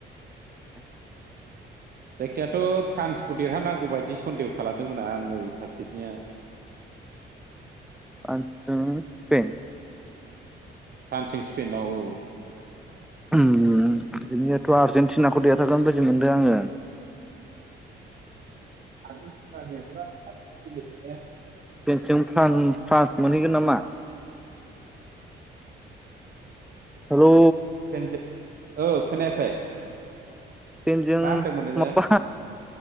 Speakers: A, in the centre; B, on the right.
A: आतसा
B: जायखियाथ फ्रान्सखौ देरहानांगौ बायदि सन्देह खालामदोंमोना आं ओरै फारसेनिया।
A: फ्रान्स दो स्पेेन
B: फ्रान्स जों स्पेन्दआव औ औ।
A: उम बिनिखायथ आर्जेेनटिनाखौ देरहागोन बायदि मोनदों आङो।
B: आजेन्टिनानिया बिराद फास गेलेदोदे।
A: स्पेन जों फ्रान्स फ्रान्स मोनहैगोन नामा। हेलौ
B: पेनज ओ खोनायाखै?
A: स्पेनजों
B: मा होनदोंमोन नोङो
A: माबा